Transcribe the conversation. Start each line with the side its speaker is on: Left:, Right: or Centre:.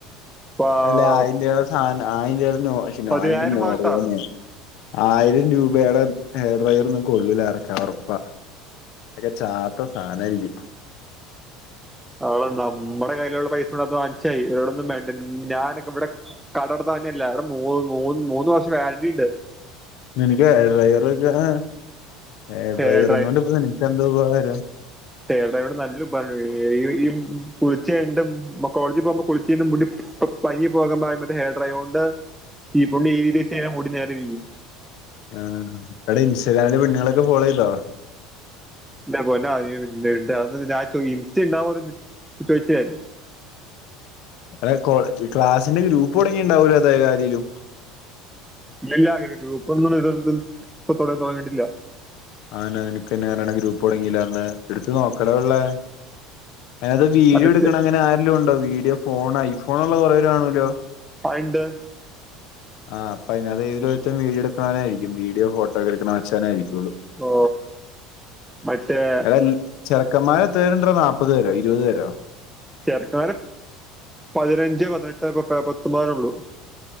Centre: പ-
Left: അല്ലെ ആയിന്റെതാസാനം ആയിന്റെ നോ നോ
Centre: പതിനായിരം
Left: ആയിന്റെ നോർവേനെ
Centre: വാൾട്ടാ
Left: ആയിരം രൂപെടെ ഹെയർഡ്രയർഒന്നും കൊള്ളൂല എറക്കാ ഒറപ്പാ. അക്കെ ചാത്ത സാനായിരിക്കും.
Centre: അവടെ നമ്മുടെ കയ്യിലുള്ള പൈസോട്ത്ത് വാങ്ങിച്ചായി ഈടൊന്നുംമേണ്ട ഞാനൊക്കെവിടെ കടർന്നൊഞ്ഞേല്ല എട മൂ, മൂന്ന്, മൂന്ന് വർഷം വേരന്റിണ്ട്.
Left: നിനക്ക് ഏ ഡ്രൈയർച്ച് ഏ ഹെയർഡ്രയറിങ്ങോണ്ട്
Centre: ഹെയർ
Left: ഇപ്പ നിനക്കെന്താപകാരം.
Centre: ഏടയറോണ്ട് നല്ലഉപാര ഈ കുളിച്ചഴിഞ്ഞിട്ട് മു മ്മ കോഡ്തി പോവുമ്പോ കുളിച്ചീ മുടി പയ്‌ങ്ങിപോകുമ്പോ മറ്റേ ഹേഡ്രയറോണ്ട് ചീപ്പൊണ്ട് ഈരിവെച്ചയ്ഞ മുടി നേരെരിക്കും.
Left: ആ എട ഇൻസ്റ്റാഗ്രാല് പെണ്ണുങ്ങളൊക്കെ ഫോളോയ്തൊ?
Centre: ഇന്റെ പൊന്ന അ ഇണ്ട്, ഇണ്ട് അ ഞാൻ ചൊയ് ഇൻസ്റ്റണ്ടാവോന്ന് ചൊയ്ച്ച്ഞാ
Left: അതായത് കോളേജ് ക്ലാസിന്റെ ഗ്രൂപ്പ് തുടങ്ങിണ്ടാവല്ലോ ഏതാ ആാരെലും.
Centre: ഇല്ല ല്ലാ ഗ്രു ഗ്രുപെന്നും ഇതെന്തെ ഇപ്പൊ തെടതോങ്ങിട്ടില്ല.
Left: ആനന്ക്കനെ ളെളതി ഗ്രൂപ്പ് തുടങ്ങില്ല അന്ന് എടുത്തോനോക്കല ഉള്ളെ. അത് വീഡിയോ
Centre: മനസ്സ്
Left: എടുക്കണ അങ്ങനെ ആരലും ഉണ്ടോ? വീഡിയോ ഫോൺ ഐ ഫോൺ ഉള്ള കൊറേവരാ ആണല്ലോ.
Centre: ആ എന്തേ
Left: ആ അപ്പോ അതിത് ഏതൊരുത്തും വീഡിയോ എടുക്കാനായിരിക്കും വീഡിയോ ഫോട്ടോക്ക എടുക്കേ വെച്ചാന ആരിക്കുള്ളു.
Centre: ഓ മറ്റേ
Left: എടാ ചെറുക്കന്മാര് എതേരുണ്ടടൊ നാപ്പത് പേരോ ഇരുപത് പേരോ
Centre: ചെറക്കന്മാര് പതിനഞ്ച്, പതിനെട്ട്, ഇപ്പ പ പത്തൊമ്പതിനഉള്ളു.